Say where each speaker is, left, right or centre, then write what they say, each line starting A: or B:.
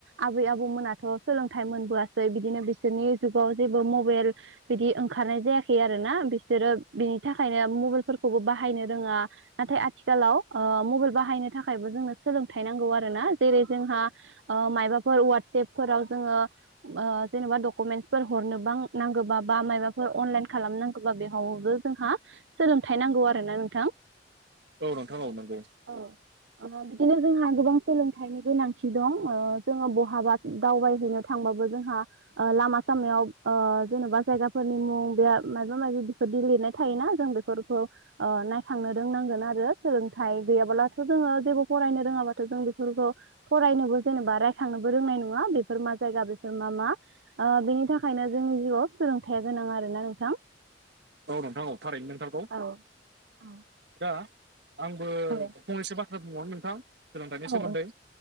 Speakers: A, on the right; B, on the right.
A: आबै आबौमोनाथ' सोलोंथाइ मोनबोआसै बिदिनो बिसोरनि जुगाव जेबो मबाइल बिदि ओंखारनाय जायाखै आरो ना, बिसोरो बिनि थाखायनो मबाइलफोरखौबो बाहायनो रोङा। नाथाय आथिखालाव ओ मबाइल बाहायनो थाखायबो जोंनो सोलोंथाइ नांगौ आरो ना जेरै जोंहा ओ मायबाफोर अवाटसेपफोराव जोङो ओ जेनेबा डकुमेन्टसफोर हरनोबां नांगौबा बा माबाफोर अनलाइन खालामनां बा बेहावबो जोंहा सोलोंथाइ नांगौ आरो ना नोंथां।
B: औ नोंथां औ नंगौ।
A: औ। ओ बिदिनो जोंहा गोबां सोलोंथाइनि गोनांथि दं ओ जोङो बहाबा दावबायहैनो थांबाबो जोंहा ओ लामा सामायाव ओ जेन'बा जायगाफोरनि मुं बे माबा माबि बेफोरदि लिरनाय थायोना जों बे फोरखौ ओ नायखांनो रोंनांगोन आरो सोलोंथाइ गैयाब्लाथ' जोङो जेबो फरायनो रोङाबाथ' जों बेफोरखौ फरायनोबो जेनेबा रायखांनोबो रोंनाय नङा बेफोर मा जायगा बेफोर मा मा ओ बेनि थाखायनो जोंनि जिउआव सोलोंथाइया गोनां आरो ना नोंथां।
B: औ नोंथां औ थारैनो नोंथारगौ।
A: औ औ
B: दा आंबो
A: औ
B: फंनैसो बाथ्रा बुंबावनो नोंथां सोलोंथाइनि
A: औ
B: सोमोन्दै